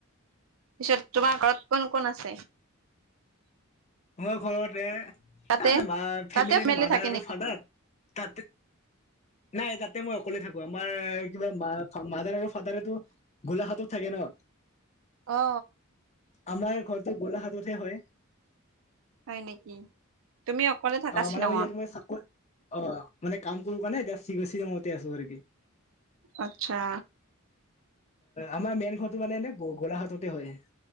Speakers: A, on the right; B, on the left.
A: পিছত তোমাৰ ঘৰত কোন কোন আছে?
B: মই ঘৰতোনে
A: তাতে
B: মা ফেমিলি
A: তাতে
B: মাদাৰ
A: থাকে
B: আৰু
A: নেকি?
B: ফাদাৰ তাতে। নাই তাতে মই অকলে থাকো আৰু। আমাৰ কিবা মা মাদাৰ আৰু ফাদাৰো গোলাঘাটত থাকে ন।
A: অ
B: আমাৰ ঘৰটো গোলাঘাটতহে হয়।
A: হয় নেকি। তুমি অকলে থাকা
B: অঁ
A: শ্বিলঙত
B: মানে মই ইয়াত মই চাকৰি অ মানে কাম কৰো কাৰণে এতিয়া চিগ চি মতে আছো আৰুকি।
A: আচ্ছা
B: আমাৰ মেনখন। টো মানে এনে গোলাঘততে হয়।